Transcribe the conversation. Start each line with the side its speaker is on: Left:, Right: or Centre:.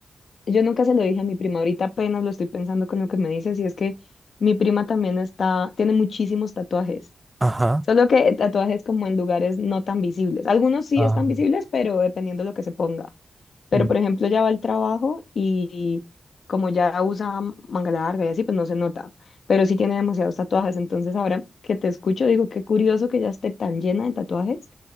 Left: yo nunca se lo dije a mi prima, ahorita apenas lo estoy pensando con lo que me dices, y es que mi prima también está, tiene muchísimos tatuajes.
Right: Ajá.
Left: Solo que tatuajes como en lugares no tan visibles. Algunos sí
Right: Ah,
Left: están visibles, pero dependiendo de lo que se ponga. Pero
Right: mm.
Left: por ejemplo, ya va al trabajo y como ya usa manga larga y así, pues no se nota. Pero sí tiene demasiados tatuajes. Entonces ahora que te escucho, digo, qué curioso que ya esté tan llena de tatuajes